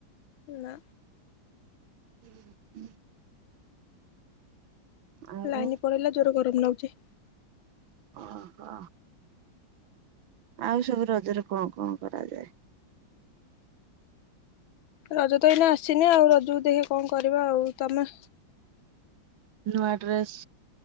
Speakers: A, on the left; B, on the right.
A: ନା।
B: ହୁଁ ହୁଁ ଆଉ
A: ଲାଇନ ପଳେଇଲା ଜୋର ଗରମ ଲାଗୁଛି।
B: ଓ ହୋ। ଆଉ ସବୁ ରଜରେ କଣ କଣ କରାଯାଏ?
A: ରଜ ତ ଏଇନା ଆସିନି ଆଉ ରଜକୁ ଦେଖିବା କଣ କରିବା ଆଉ ତମେ?
B: ନୂଆ ଡ୍ରେସ